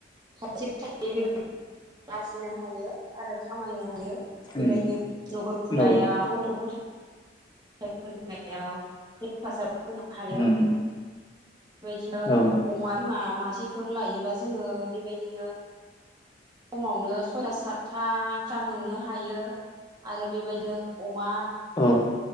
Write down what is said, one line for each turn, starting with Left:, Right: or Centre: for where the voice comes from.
Right: थाइसे थाइनै बेबायदि आरजिनो हायो आरो खामायनो हायो बेबायदिनो
Left: उम
Right: नखर खुंनायाव
Left: औ
Right: गथ' गथ फोरोंनायाव हेफाजाब हायो
Left: उम
Right: बेदिनो
Left: औ
Right: अमा बिमा मा सेफोर लायोबा जोङो बेबायदिनो खमावनो सयथा सातथाफ्रा मोननो हायो। आरो बेबायदिनो अमा
Left: औ